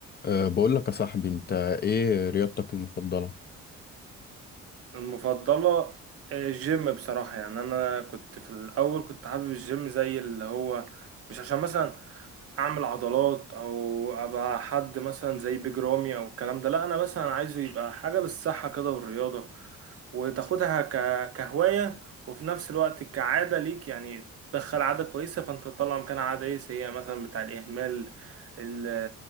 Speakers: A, on the left; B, on the right.
A: أه بقول لك يا صاحبي انت ايه رياضتك المفضلة؟
B: المفضلة آه، الجيم بصراحة يعني أنا كنت في الأول كنت حابب الجيم زي اللي هو مش عشان مثلا اعمل عضلات او ابقى حد مثلا زي بيج رامي او الكلام ده لا انا مثلا عايزه يبقى حاجه للصحه كده والرياضه وتاخدها ك... كهوايه وفي نفس الوقت كعاده ليك يعني تدخل عاده كويسه فانت تطلع مكانها عاده ايه سيئه مثلا بتاع الاهمال ال...